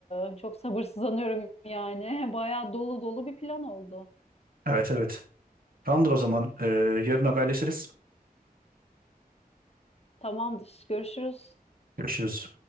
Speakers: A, on the left (about 40°); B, on the right (about 65°).
A: e, çok sabırsızlanıyorum yani. <laughs> Bayağı dolu dolu bir plan oldu.
B: Evet evet. Tamamdır o zaman. E, yarın haberleşiriz.
A: Tamamdır. Görüşürüz.
B: Görüşürüz.